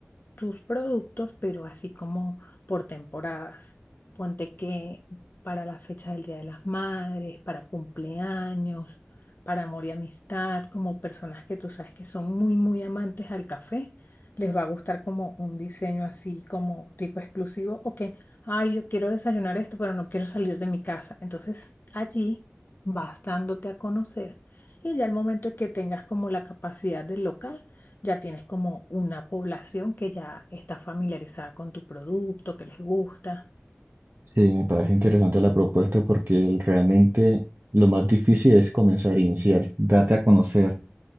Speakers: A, on the left; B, on the right.
A: tus productos, pero así como por temporadas. Ponte que para las fechas del Día de las Madres, para cumpleaños, para amor y amistad, como personas que tú sabes que son muy, muy amantes al café, les va a gustar como un diseño así como tipo exclusivo o que, ay, yo quiero desayunar esto, pero no quiero salir de mi casa. Entonces allí vas dándote a conocer y ya al momento de que tengas como la capacidad del local, ya tienes como una población que ya está familiarizada con tu producto, que les gusta.
B: Sí, me parece interesante la propuesta porque realmente lo más difícil es comenzar a iniciar, date a conocer.